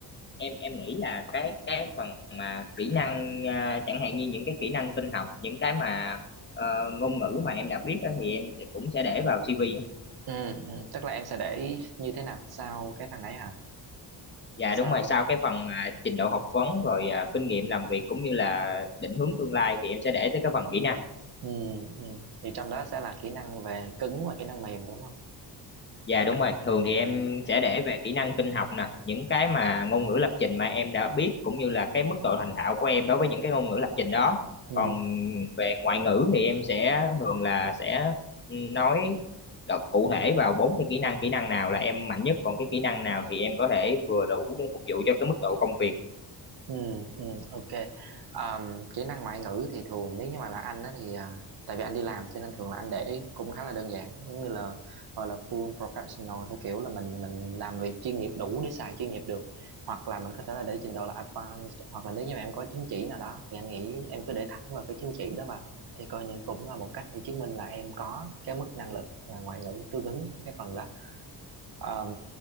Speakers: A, on the left; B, on the right.
A: em em nghĩ là cái cái phần mà kỹ năng à, chẳng hạn như những cái kỹ năng tin học, những cái mà ờ, ngôn ngữ mà em đã biết á, thì em sẽ, cũng sẽ để vào CV á.
B: ừ, ừ. tức là em sẽ để như thế nào sau cái thằng ấy hả
A: Dạ
B: sao
A: đúng rồi, sau cái phần mà trình độ học vấn rồi à, kinh nghiệm làm việc cũng như là định hướng tương lai thì em sẽ để tới cái phần kỹ năng.
B: ừ, ừ. thì trong đó sẽ là kỹ năng về cứng và kỹ năng mềm đúng không
A: Dạ đúng rồi, thường thì em
B: ừ,
A: sẽ để về kỹ năng tin học nè, những cái mà ngôn ngữ lập trình mà em đã biết cũng như là cái mức độ thành thạo của em đối với những cái ngôn ngữ lập trình đó.
B: ừ,
A: Còn về ngoại ngữ thì em sẽ thường là sẽ nói đọc cụ thể vào bốn cái kỹ năng, kỹ năng nào là em mạnh nhất, còn cái kỹ năng nào thì em có thể vừa đủ để phục vụ cho cái mức độ công việc
B: ừ, ừ, ok Ờm, kỹ năng ngoại ngữ thì thường nếu như mà là anh á thì à, tại vì anh đi làm cho nên thường là anh để ý cũng khá là đơn giản giống như là gọi là full professional theo kiểu là mình mình làm việc chuyên nghiệp đủ để xài chuyên nghiệp được hoặc là mình có thể là để trình độ là advanced hoặc là nếu như mà em có chứng chỉ nào đó thì anh nghĩ em cứ để thẳng vào cái chứng chỉ đó vào thì coi như cũng là một cách để chứng minh là em có cái mức năng lực à, ngoại ngữ tương ứng với cái phần đó Ờm,